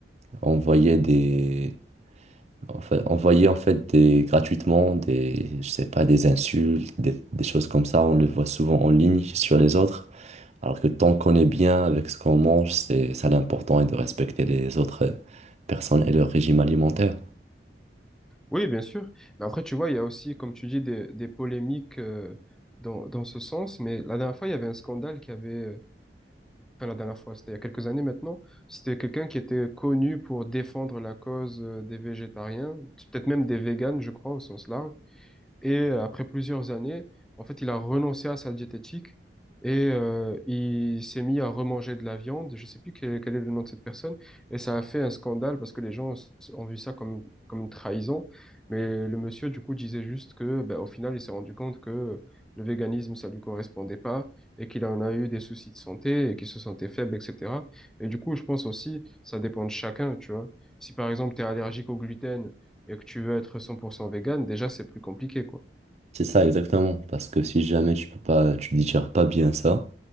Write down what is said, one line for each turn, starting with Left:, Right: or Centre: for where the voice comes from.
Right: envoyer des... Enfin, envoyer en fait des gratuitement des je sais pas des insultes des, des choses comme ça on le voit souvent en ligne sur les autres alors que tant qu'on est bien avec ce qu'on mange c'est ça l'important est de respecter les autres personnes et leur régime alimentaire
Centre: Oui, bien sûr. Mais après, tu vois, il y a aussi, comme tu dis, des, des polémiques euh, dans, dans ce sens. Mais la dernière fois, il y avait un scandale qui avait... euh, Enfin, la dernière fois, c'était il y a quelques années maintenant. C'était quelqu'un qui était connu pour défendre la cause euh, des végétariens, peut-être même des véganes, je crois, au sens large. Et euh, après plusieurs années, en fait, il a renoncé à sa diététique et euh, il s'est mis à remanger de la viande. Je sais plus quel, quel est le nom de cette personne. Et ça a fait un scandale parce que les gens s- ont vu ça comme une, comme une trahison. Mais le monsieur, du coup, disait juste que, ben, au final, il s'est rendu compte que le véganisme, ça lui correspondait pas et qu'il en a eu des soucis de santé et qu'il se sentait faible, etc. Et du coup, je pense aussi, ça dépend de chacun, tu vois. Si par exemple, tu es allergique au gluten, et que tu veux être 100% vegan, déjà, c'est plus compliqué, quoi.
Right: C'est ça, exactement. Parce que si jamais tu peux pas, tu digères pas bien ça,